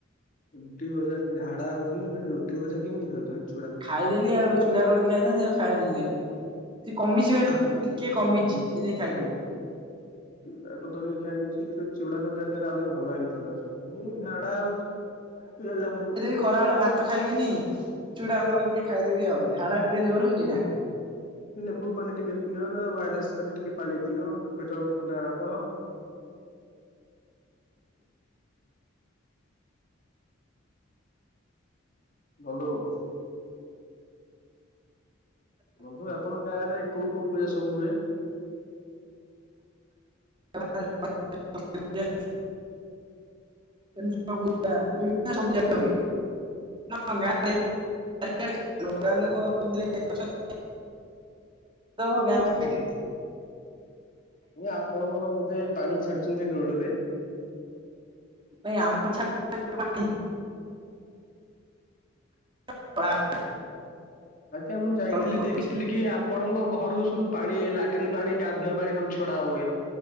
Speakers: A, on the left (about 40°); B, on the right (about 25°).
A: ରୁଟି ଭଜା ଝାଡା ହଉଚନ୍ତି ଫୁଣି ରୁଟି ଭଜା କେମିତି ଖାଉଚନ୍ତ?
B: ଖାଇଦେଲି ଆଉ ଚୁଡ଼ା କଦଳୀ ଖାଇଥାଆନ୍ତି ଆଉ ଖାଇଲିନେଇଁ ସେ କମିଚି ବା ଟି
A: ଚୁ-
B: କିଏ କମିଚି ସେଇଥିପାଇଁ ଖାଇଦେଲି।
A: ଚୁଡ଼ା କଦଳୀ ଖାଇଚି ଟିକେ ଚୁଡାକଦୁଆ ଖାଇଲେ ଆଉ ଟିକେ ଭଲ ହେଇଥାଆନ୍ତା। ସେତବଳକୁ ଝାଡା ହଉଚି
B: ଖରା ବେଳେ ଭାତ ଖାଇବିନି ଚୁଡା କଦଳୀ ଟିକେ ଖାଇଦେବି ଆଉ ଝାଡ଼ା ଟିକେ ଜୋର ହଉଚି ନା।
A: ଲେମ୍ବୁ ପାଣି ଟିକେ ପିଅ ନା ଓଆରଏସ କରି ଟିକେ ପାଣି ପିଅ ପେଟକୁ ଥଣ୍ଡା ରଖ। ଭଲ ହୁଅ। ବନ୍ଧୁ ଆପଣଙ୍କ ଗାଁ ରେ କୋଉ କୋଉ ପୂଜା ସବୁ ହୁଏ?
B: <inaudible> ପୂଜା ବିଭିନ୍ନ ସବୁ ପୂଜା ହୁଏ। <inaudible> ତୋ ଭଗବାନ ଖୁଆଇଦେବେ।
A: ଆଜ୍ଞା ଆପଣଙ୍କର ବୋଧେ ପାଣି ଛାଡୁଚନ୍ତି ରୋଡ଼ ରେ?
B: ନାଇଁ ଆମର ଛା ପାଣି। ପ୍ଲା
A: ଆଜି ଆଉ ମୁଁ ଯାଇଥିଲି
B: ପଳଉଛି
A: ଦେଖ ଦେଖିଥିଲି କି ଆପଣଙ୍କ ଘରୁ ସବୁ ପାଣି ଲାଟିନ୍ ପାଣି ଗାଧୁଆ ପାଣି ସବୁ ଛଡ଼ା ହୁଏ।